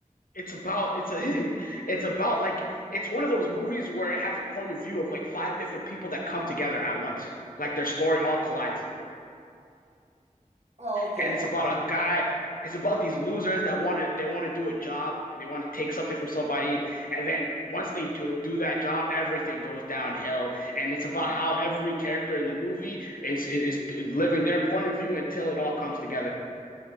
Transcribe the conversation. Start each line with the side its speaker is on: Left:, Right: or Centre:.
Left: it's about it's a <laughs> it's about like it's one of those movies where it has a point of view of like five different people that come together at once. Like their story all collides.
Right: Oh, okay,
Left: And it's
Right: okay.
Left: about a guy it's about these losers that want to they want to do a job, and they want to take something from somebody, and then once they do do that job, everything goes downhill. And it's about how every character in the movie is is, is living their point of view until it all comes together.